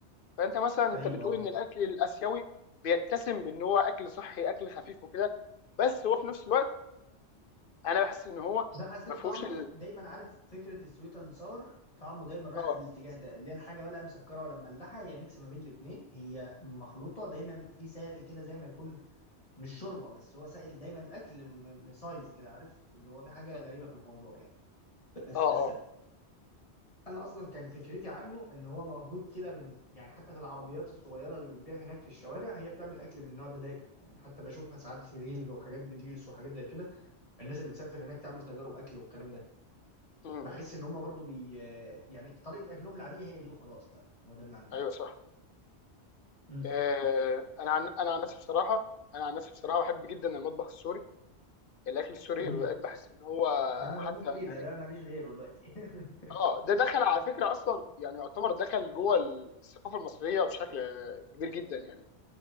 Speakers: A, on the left; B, on the left.
A: فانت مثلا انت
B: ايوه
A: بتقول
B: اه
A: ان الاكل الاسيوي بيتسم بان هو اكل صحي اكل خفيف وكده بس هو في نفس الوقت انا بحس ان هو
B: بس أنا حسيت
A: ما فيهوش
B: طعمه دايما عارف فكره السويت اند ساور طعمه دايما رايح
A: اه
B: في الاتجاه ده اللي هي الحاجه ولا مسكره ولا مملحه هي ميكس ما بين الاثنين هي مخلوطه دايما في سائل كده زي ما يكون مش شوربه بس هو سائل دايما الاكل م- مسايز كده عارف اللي هو في حاجه
A: مم.
B: غريبه في الموضوع يعني بس
A: اه
B: بس
A: اه
B: انا اصلا كان فكرتي عنه ان هو موجود كده من يعني حتى في العربيات الصغيره اللي بتبيع هناك في الشوارع هي بتعمل اكل من النوع ده دايما يعني حتى بشوفها ساعات في ريلز وحاجات فيديوز وحاجات زي كده الناس اللي بتسافر هناك تعمل تجارب اكل والكلام ده
A: مم.
B: بحس ان هم برضو بي يعني طريقه اكلهم العاديه هي دي وخلاص بقى هو ده اللي عنده
A: ايوه صح
B: امم
A: آه انا عن انا عن نفسي بصراحه انا عن نفسي بصراحه بحب جدا المطبخ السوري الاكل السوري
B: امم
A: بقيت بحس ان هو
B: انا
A: حتى
B: بموت فيه
A: يعني
B: ده ده ماليش غيره دلوقتي <laughs>
A: اه ده دخل على فكره اصلا يعني يعتبر دخل جوه الثقافه المصريه بشكل كبير جدا يعني